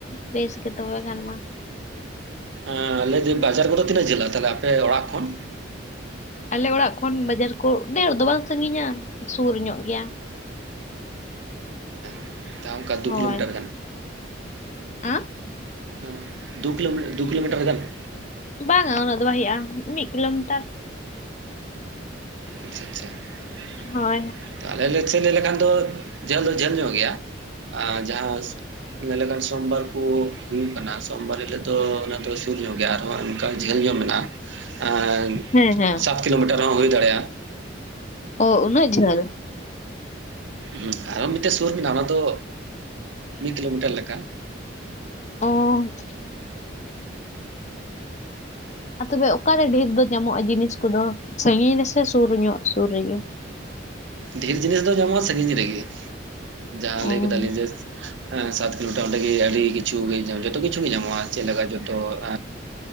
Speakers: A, on the left; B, on the right.
A: ᱵᱮᱥ ᱜᱮ ᱛᱚᱵᱮ ᱠᱷᱟᱱ ᱢᱟ ᱾
B: ᱮᱸ ᱞᱟᱹᱭ ᱫᱟᱹᱧ ᱵᱟᱡᱟᱨ ᱠᱚᱫᱚ ᱛᱤᱱᱟᱹᱜ ᱡᱷᱟᱹᱞᱟ ᱛᱟᱦᱞᱮ ᱟᱯᱮ ᱚᱲᱟᱜ ᱠᱷᱚᱱ?
A: ᱟᱞᱮ ᱚᱲᱟᱜ ᱠᱷᱚᱱ ᱵᱟᱡᱟᱨ ᱠᱚ ᱰᱷᱮᱨ ᱫᱚ ᱵᱟᱝ ᱥᱟᱺᱜᱤᱧᱟ, ᱥᱩᱨ ᱧᱚᱜ ᱜᱮᱭᱟ᱾
B: <inaudible> ᱛᱟᱣ ᱚᱝᱠᱟ ᱫᱩ
A: ᱦᱳᱭ
B: ᱠᱤᱞᱳᱢᱤᱴᱟᱨ ᱜᱟᱱ?
A: <inaudible>
B: <inaudible> ᱫᱩ ᱠᱤᱞᱳᱢᱤ ᱫᱩ ᱠᱤᱞᱳᱢᱤᱴᱟᱨ ᱜᱟᱱ ᱾
A: ᱵᱟᱝᱟ ᱩᱱᱟᱹᱜ ᱫᱚ ᱵᱟᱭ ᱦᱩᱭᱩᱜᱼᱟ, ᱢᱤᱫ ᱠᱤᱞᱳᱢᱤᱴᱟᱨ ᱾
B: ᱟᱪᱪᱷᱟ ᱟᱪᱪᱷᱟ
A: ᱦᱳᱭ
B: ᱾ ᱟᱞᱮ ᱞᱮ ᱪᱮ ᱞᱟᱹᱭ ᱞᱮᱠᱷᱟᱱ ᱫᱚ ᱡᱷᱟᱹᱞ ᱫᱚ ᱡᱷᱟᱹᱞ ᱧᱚᱜ ᱜᱮᱭᱟ <inaudible> ᱡᱟᱦᱟᱸᱥ ᱞᱮᱞᱮ ᱠᱟᱱ ᱥᱚᱢᱵᱟᱨ ᱠᱩ ᱦᱩᱭᱩᱜ ᱠᱟᱱᱟ ᱥᱚᱢᱵᱟᱨ ᱦᱤᱞᱳᱜ ᱫᱚ ᱚᱱᱟ ᱫᱚ ᱥᱩᱨ ᱧᱚᱜ ᱜᱮᱭᱟ, ᱟᱨᱦᱚᱸ ᱚᱝᱠᱟ ᱡᱷᱟᱹᱞ ᱧᱚᱜ ᱢᱮᱱᱟᱜᱼᱟ ᱟᱨ
A: ᱦᱮᱸ ᱦᱮᱸ,
B: ᱥᱟᱛ ᱠᱤᱞᱳᱢᱤᱴᱟᱨ ᱦᱚᱸ ᱦᱩᱭ ᱫᱟᱲᱮᱜᱼᱟ ᱾
A: ᱚ ᱩᱱᱟᱹᱜ ᱡᱷᱟᱹᱞ?
B: ᱦᱩᱸ ᱟᱨᱚ ᱢᱤᱫᱴᱮᱱ ᱥᱩᱨ ᱢᱮᱱᱟᱜᱼᱟ ᱚᱱᱟ ᱫᱚ ᱢᱤᱫ ᱠᱤᱞᱳᱢᱤᱴᱟᱨ ᱞᱮᱠᱟ᱾
A: ᱚᱻ ᱟ ᱛᱚᱵᱮ ᱚᱠᱟᱨᱮ ᱰᱷᱤᱨ ᱫᱚ ᱧᱟᱢᱚᱜᱼᱟ ᱡᱤᱱᱤᱥ ᱠᱚᱫᱚ ᱥᱟᱺᱜᱤᱧ ᱨᱮᱥ ᱥᱮ ᱥᱩᱨ ᱧᱚᱜ ᱥᱩᱨ ᱨᱮᱜᱮ?
B: ᱰᱷᱤᱨ ᱡᱤᱱᱤᱥ ᱫᱚ ᱧᱟᱢᱚᱜᱼᱟ ᱥᱟᱺᱜᱤᱧ ᱨᱮᱜᱮ, ᱡᱟᱦᱟᱸ
A: ᱩᱸ
B: ᱞᱟᱹᱭ ᱠᱮᱫᱟᱞᱤᱧ ᱡᱮ ᱮᱸ ᱥᱟᱛ ᱠᱤᱞᱳᱢᱤᱴᱟᱨ ᱚᱸᱰᱮ ᱜᱮ ᱟᱹᱰᱤ ᱠᱤᱪᱷᱩ ᱜᱮ, ᱡᱷᱚᱛᱚ ᱠᱤᱪᱷᱩ ᱜᱮ ᱧᱟᱢᱚᱜᱼᱟ ᱪᱮᱜ ᱞᱮᱠᱟ ᱡᱚᱛᱚ <inaudible>